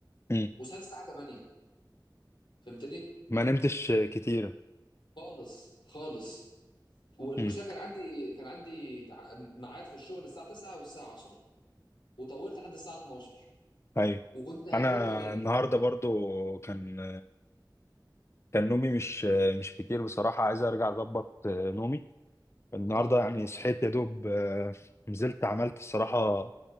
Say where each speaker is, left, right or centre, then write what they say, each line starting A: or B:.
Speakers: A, on the left; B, on the left.
A: مم.
B: وصحيت الساعه 8 فهمتني
A: ما نمتش كتير
B: خالص خالص والمشكله
A: مم.
B: كان عندي كان عندي تع... ميعاد في الشغل الساعه 9 والساعه 10 وطولت لحد الساعه 12
A: ايوه
B: وكنت هموت
A: انا
B: وانام
A: النهارده برضو كان كان نومي مش مش كتير بصراحة عايز أرجع أظبط نومي النهاردة
B: اه
A: يعني صحيت يا دوب آه، نزلت عملت الصراحة